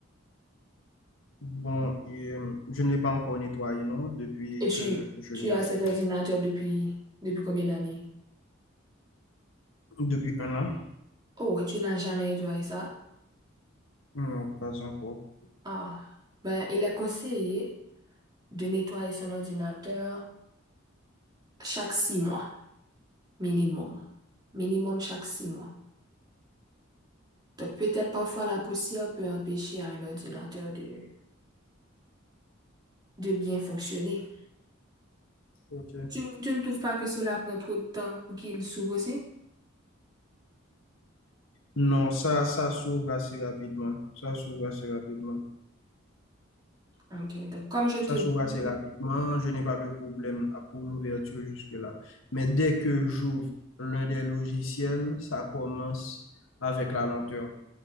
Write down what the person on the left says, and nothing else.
Bon, et, euh, je ne l'ai pas encore nettoyé, non, depuis
que je
l'ai
acheté.
Depuis un an?
Non, pas encore.
Ok.
Non, ça, ça s'ouvre assez rapidement. Ça s'ouvre assez rapidement.
Ça s'ouvre
assez rapidement. Je n'ai pas de problème à- pour l'ouverture jusque-là. Mais dès que j'ouvre l'un des logiciels, ça commence avec la lenteur.